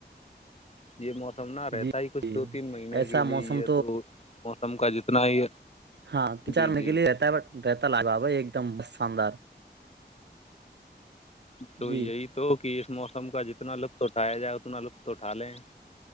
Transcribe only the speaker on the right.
جی
جی
ایسا
موسم
ہاں ت چارنے
کے لیے رہتا ہے ب رہتا لگ گا بائی ایک دم شاندار
جی